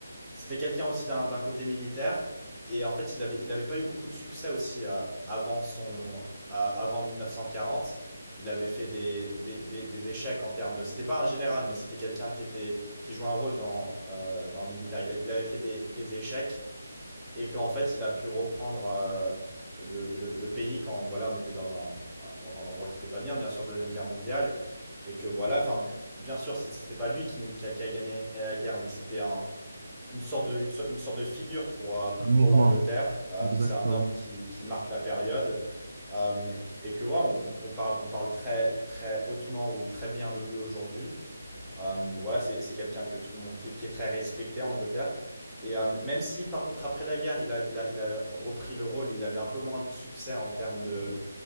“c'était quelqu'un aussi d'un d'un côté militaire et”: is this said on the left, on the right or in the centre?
Centre